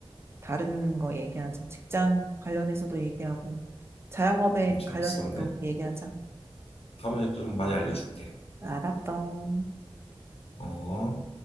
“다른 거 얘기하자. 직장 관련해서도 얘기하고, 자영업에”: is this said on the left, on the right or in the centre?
Right